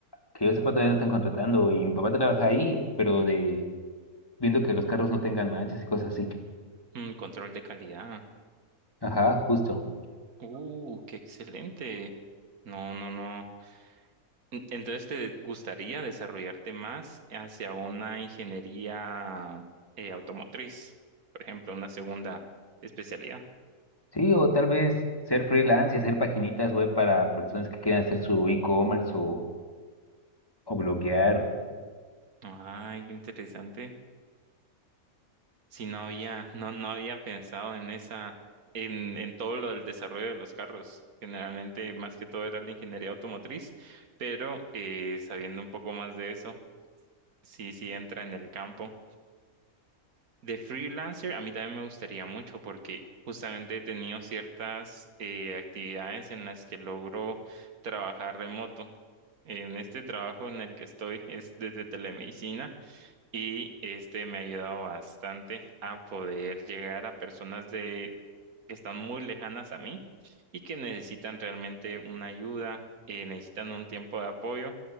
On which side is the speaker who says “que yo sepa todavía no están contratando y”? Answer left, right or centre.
Left